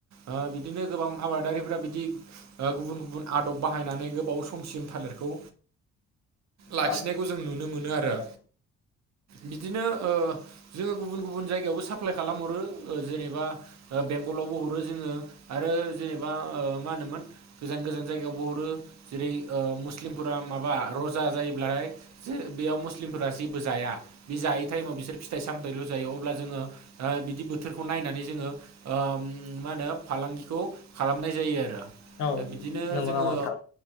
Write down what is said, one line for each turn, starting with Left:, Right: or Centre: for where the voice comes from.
Right: ओ बिदिनो गोबां आबादारिफोरा बिदि गुबुन गुबुन आदब बाहायनानै गोबाव समसिम थालिरखौ लाखिनायखौ
Left: ला <unintelligible>
Right: जों नुनो मोनो आरो बिदिनो ओ जोङो गुबुन गुबुन जायगायावबो साप्लाय खालामहरो ओ जेनेबा ओ बेंगलावबो हरो जोङो आरो जेनेबा ओ मा होनोमोन गोजान- गोजान जायगायावबो हरो जेरै ओ मुस्लिमफोरा माबा रजा जायोब्लाथाय जे बेयाव मुस्लिमफोरा जेबो जाया बे जायै टाइमाव बिसोर फिथाइ- सामथायाइल' जायो अब्ला जोङो ओ बिदि बोथोरखौ नायनानै जोङो ओ उम मा होनो फालांगिखौ खालामनाय जायो आरो।
Left: औ
Right: दा बिदिनो
Left: नांगो
Right: जोङो
Left: नामा नोंथां?